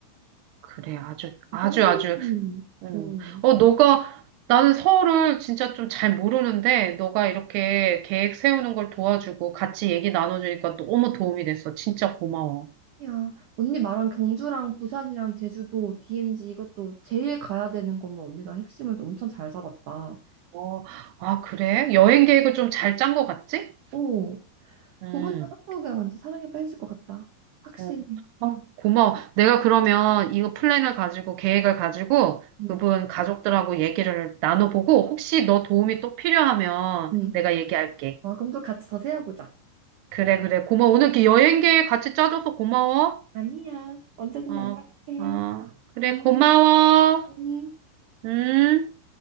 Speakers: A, on the right; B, on the right.
A: 그래, 아주, 아주,
B: 경주는,
A: 아주, 어.
B: 니
A: 어, 너가, 나는 서울을 진짜 좀 잘 모르는데, 너가 이렇게 계획 세우는 걸 도와주고 같이 얘기 나눠주니까 너무 도움이 됐어. 진짜 고마워.
B: 야, 언니 말한 경주랑 부산이랑 제주도, DMZ 이것도 제일 가야 되는 거면 언니가 핵심을 또 엄청 잘 잡았다.
A: 어, 아, 그래? 여행 계획을 좀 잘 짠 것 같지?
B: 오,
A: 음,
B: 그분도 한국에 완전 사랑에 빠질 것 같다. 확실해.
A: 음. 어, 고마워. 내가 그러면 이거 플랜을 가지고, 계획을 가지고,
B: 응
A: 그분 가족들하고 얘기를 나눠보고, 혹시
B: 어,
A: 너 도움이 또 필요하면
B: 응.
A: 내가 얘기할게.
B: 어, 그럼 또 같이 더 세워보자.
A: 그래, 그래. 고마워. 오늘 이렇게 여행 계획 같이 짜줘서 고마워.
B: 아니야, 언제든
A: 어,
B: 연락해.
A: 어, 그래,
B: 응
A: 고마워.
B: 음.
A: 음.